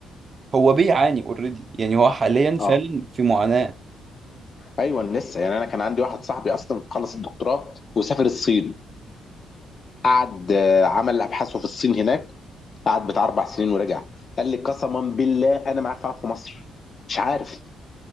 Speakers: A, on the right; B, on the left.
A: هو بيعاني اوريدي يعني هو حاليا فعلا
B: اه
A: في معاناه
B: ايوه لسه يعني انا كان عندي واحد صاحبي اصلا خلص الدكتوراه وسافر الصين قعد آه، عمل ابحاثه في الصين هناك قعد بتاع اربع سنين ورجع قال لي قسما بالله انا ما عارف اقعد في مصر مش عارف